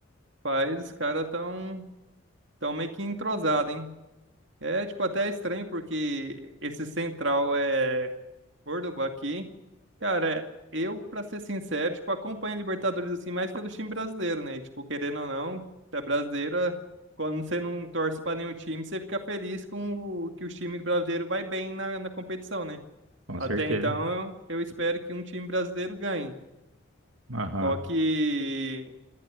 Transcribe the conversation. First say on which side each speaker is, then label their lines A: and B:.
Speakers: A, on the right; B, on the right.
A: Mas os caras tão, tão meio que entrosados, hein? É, tipo, até estranho porque esse central é Córdoba aqui. Cara, eu, pra ser sincero, tipo, acompanho a Libertadores assim mais pelo time brasileiro, né? Tipo, querendo ou não, da brasileira, quando você não torce pra nenhum time, você fica feliz com o que o time brasileiro vai bem na, na competição, né?
B: Com
A: Até
B: certeza.
A: então, eu eu espero que um time brasileiro ganhe.
B: Aham.
A: Só que